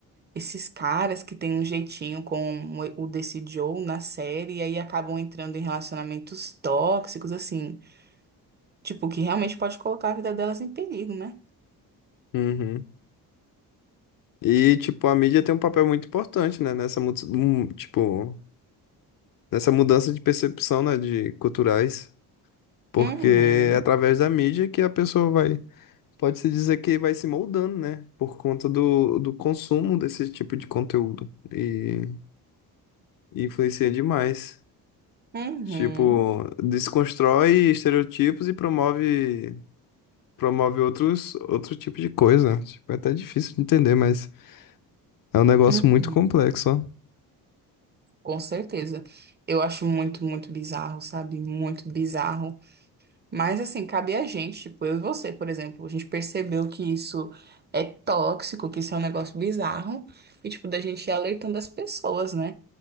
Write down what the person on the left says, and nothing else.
Uhum. E, tipo, a mídia tem um papel muito importante, né, nessa, mu- hum, tipo, nessa mudança de percepção, né, de culturais. Porque
é através da mídia que a pessoa vai, pode se dizer que vai se moldando, né? Por conta do, do consumo desse tipo de conteúdo. E, e influencia demais.
Tipo, desconstrói estereotipos e promove, promove outros, outro tipo de coisa. Tipo, é até difícil de entender, mas. É um negócio
muito complexo, ó.